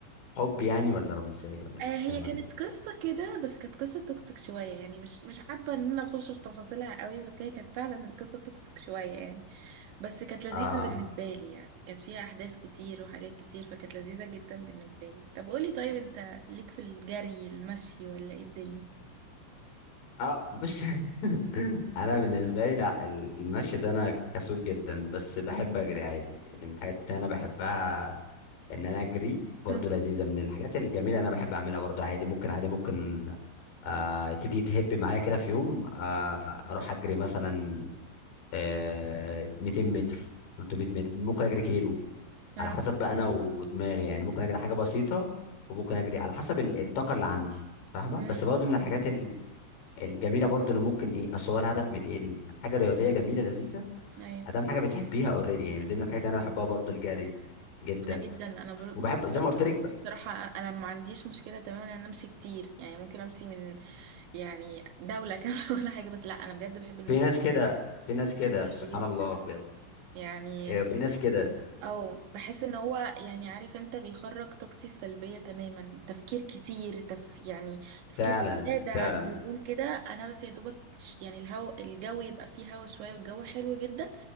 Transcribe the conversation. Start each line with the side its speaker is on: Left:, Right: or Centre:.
Left: حب يعني ولا رومانسيه ولا بتتكلم
Right: آه هي كانت
Left: عن ايه
Right: قصة كده بس كانت قصة توكسيك شوية يعني مش مش حابة ان انا اخش في تفاصيلها قوي بس هي كانت فعلا قصة توكسيك شوية يعني بس كانت لذيذة
Left: اه
Right: بالنسبة لي يعني كانت فيها احداث كتير وحاجات كتير فكانت لذيذة جدا بالنسبة لي طب قولي طيب انت ليك في الجري المشي ولا ايه الدنيا
Left: اه بص <laughs> انا بالنسبه لي لا ال- المشي ده انا كسول جدا بس بحب اجري عادي يعني من الحاجات اللي انا بحبها ان انا اجري برضو
Right: <laughs> مم.
Left: لذيذه من الحاجات الجميله اللي انا بحب اعملها برضو عادي ممكن عادي ممكن آه تيجي تهب معايا كده في يوم آه اروح اجري مثلا آه 200 متر 300 متر ممكن اجري كيلو
Right: آه.
Left: على حسب بقى انا ودماغي يعني ممكن اجري حاجه بسيطه وممكن اجري على حسب ال- الطاقه اللي عندي فاهمه
Right: امم
Left: بس برضه من الحاجات ال- الجميله برضه اللي ممكن ايه اصل هو الهدف من ايه إن حاجه رياضيه جميله لذيذه
Right: ايوه
Left: ادام حاجه بتحبيها اوريدي يعني من ضمن الحاجات اللي انا بحبها برضه الجري جدا
Right: انا جدا انا بر-
Left: وبحب
Right: بص
Left: زي
Right: برضه
Left: ما قلت لك
Right: بصراحه انا ما عنديش مشكله تماما ان انا امشي كتير يعني ممكن امشي من يعني دوله كامله <laughs> ولا حاجه بس لا انا بجد بحب المشي
Left: في ناس كده في ناس كده
Right: وحشة
Left: سبحان
Right: جدا
Left: الله بجد
Right: يعني
Left: آه، في ناس كده
Right: او بحس ان هو يعني عارف انت بيخرج طاقتي السلبية تماما تفكير كتير تف يعني تفكير
Left: فعلا
Right: زيادة عن
Left: فعلا
Right: اللزوم كده انا بس يا دوبك ش- يعني الهو الجو يبقى فيه هوا شوية والجو حلو جدا